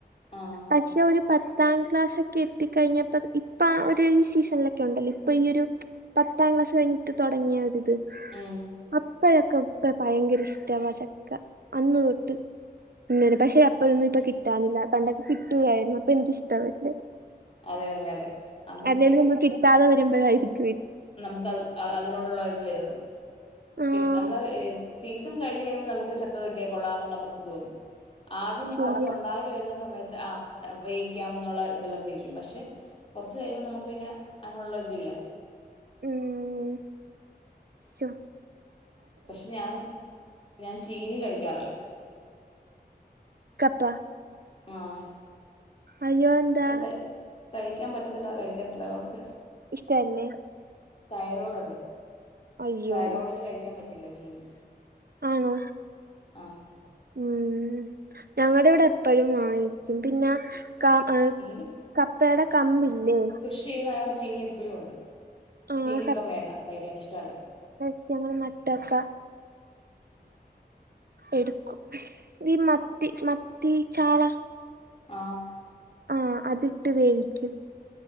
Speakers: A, on the left; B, on the right.
A: ആ
B: പക്ഷെ ഒരു പത്താം ക്ലാസൊക്കെ എത്തിക്കഴിഞ്ഞപ്പ ഇപ്പൊ ആ ഒരു ഈ സീസൺലൊക്കെ ഉണ്ടല്ലോ ഇപ്പൊ ഈ ഒരു പത്താം ക്ലാസ് കഴിഞ്ഞിട്ട് തൊടങ്ങിയ ആ ഒര് ഇത്
A: ഉം
B: അപ്പോഴൊക്കെ ഇപ്പ ഭയങ്കര ഇഷ്ടവാ ചക്ക അന്ന് തൊട്ട് തിന്നേനെ പക്ഷെ അപ്പഴൊന്നും ഇപ്പ കിട്ടാനില്ല പണ്ടൊക്കെ കിട്ടുകായിരുന്നു അപ്പൊ എനിക്കിഷ്ടവല്ല
A: അതെ അതെ അതെ അന്നൊക്കെ
B: അല്ലേലും നമുക്ക് കിട്ടാതെ വരുമ്പഴായിരിക്കും
A: നമുക്ക് അത് അതിനോടുള്ള ഇത് വരുന്നത്
B: ആഹ്
A: കിട്ട് നമ്മളത് ഈ സീസൺ കഴിഞ് കഴിയുമ്പോ നമുക്ക് ചക്ക കിട്ടിയാൽ കൊള്ളാംന്നുള്ള ഇത് തോന്നും ആദ്യം
B: ശരിയാ
A: ചക്ക ഒണ്ടായി വരുന്ന സമയത്ത് ആഹ് ഉപയോഗിക്കാംന്നുള്ള ഇതിലൊക്കെ ഇരിക്കും പക്ഷെ കൊർച്ച് കഴിയുമ്പോ നമുക്ക് പിന്നെ അതിനുള്ള ഇതില്ല
B: ഉം ശൊ
A: പക്ഷെ ഞാന് ഞാൻ ചീനി കഴിക്കാറില്ല
B: കപ്പ
A: ആഹ്
B: അയ്യോ അതെന്താ
A: അത് കഴി കഴിക്കാൻ പറ്റത്തില്ല കഴിക്കത്തില്ല അതുകൊണ്ട്
B: ഇഷ്ടല്ലേ
A: തൈറോയ്ഡ് ഉണ്ട്
B: അയ്യോ
A: തൈറോയ്ഡിന് കഴിക്കാൻ പറ്റ റ്റില്ല ചീനി
B: ആണോ
A: ആഹ്
B: ഉം ഞങ്ങടെ ഇവിടെ എപ്പഴും വാങ്ങിക്ക്യും പിന്നെ. ക എഹ്
A: ചീനി
B: കപ്പേടെ കമ്പില്ലേ
A: ഷി ചെയ്യുന്നതായോണ്ട് ചീനി എപ്പഴും ഉണ്ട് പക്ഷെ
B: ആഹ്
A: ചീനി ഇപ്പം വേണ്ട കഴിക്കാൻ ഇഷ്ടവല്ല
B: ഇത്‌ പോലെ നട്ട് വെക്കാ
A: ഉം
B: എടുക്കും ഈ മത്തി മത്തി ചാള
A: ആഹ്
B: ആഹ് അതിട്ട് വേവിക്കും